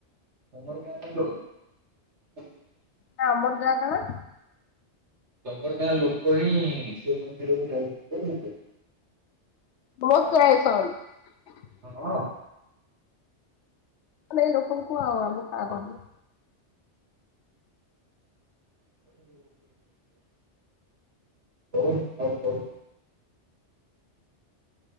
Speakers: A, on the right; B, on the left.
A: ମୋର କାଇଁ <unintelligible>
B: ନା ଆମର ଗାଁ କଣ?
A: ତୋମର ଗାଁ ଲୋକ ହିଁ ସେ ମନ୍ଦିରକୁ ଯାଇଥିଲେ ସେଦିନ।
B: <unintelligible>
A: ହଁ।
B: ଆମେ ଏଇ ଲୋକଙ୍କୁ ଆଉ ଆମ କାଁ କହିବୁ।
A: <inaudible> ବହୁତ <inaudible>